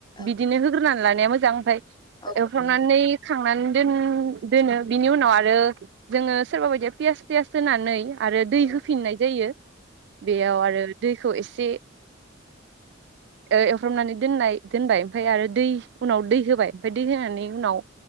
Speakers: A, on the left; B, on the right.
A: औ
B: बिदिनो होग्रोनान लानाया मोजां ओमफ्राय
A: औ
B: एवफ्रामनानै
A: औ नंगौ
B: खांनानै दोन-दोनो बिनि उनाव आरो जोङो सोरबा बायदिया पियास टियास होनानै आरो दै
A: औ
B: होफिननाय जायो। बेयाव आरो दै खौ एसे एवफ्रामनानै दोननाय दोननाय दोनबाय। ओमफ्राय आरो दै उनाव दै होबाय। दै होनानै उनाव